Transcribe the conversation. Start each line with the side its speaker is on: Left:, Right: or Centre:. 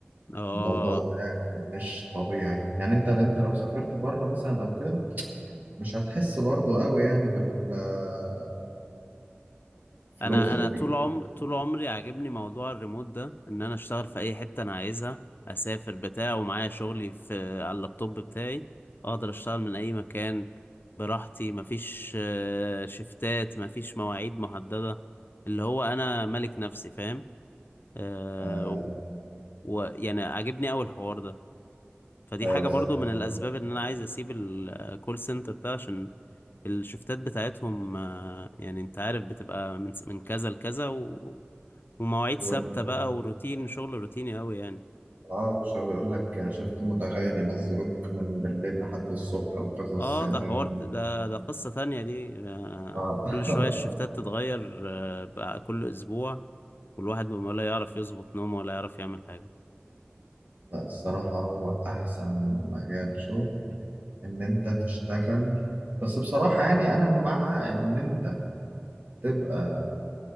Left: اه
Right: الموضوع ده مش طبيعي يعني انت انت لو سافرت بره مثلا او كده مش هتحس برضه قوي يعني بالفلوس
Left: انا
Right: اللي
Left: انا
Right: فيه
Left: طول عم طول عمري عاجبني موضوع الريموت ده ان انا اشتغل في اي حته انا عايزها اسافر بتاع ومعايا شغلي في على اللابتوب بتاعي اقدر اشتغل من اي مكان براحتي مفيش آه، شفتات مفيش مواعيد محدده اللي هو انا ملك نفسي فاهم أه
Right: آه،
Left: و- ويعني عاجبني اول حوار ده فدي
Right: ايوه
Left: حاجه
Right: بالظبط
Left: برضو من
Right: يعني
Left: الاسباب ان انا عايز اسيب الكول سنتر ده عشان الشفتات بتاعتهم آه، يعني انت عارف بتبقى من من كذا لكذا و... ومواعيد
Right: وال...
Left: ثابتة بقى وروتين شغل روتيني قوي يعني
Right: اه وشو يقول لك شفت متغير ينزلوك من بالليل لحد الصبح وقصص
Left: اه
Right: يعني
Left: ده حوار ده ده قصة تانية دي آه
Right: اه <laughs>
Left: كل شوية الشفتات تتغير آه بقى كل اسبوع والواحد ما لا يعرف يظبط نومه ولا يعرف يعمل حاجة
Right: لا الصراحة هو أحسن مجال شغل إن أنت تشتغل بس بصراحة يعني أنا مع إن أنت تبقى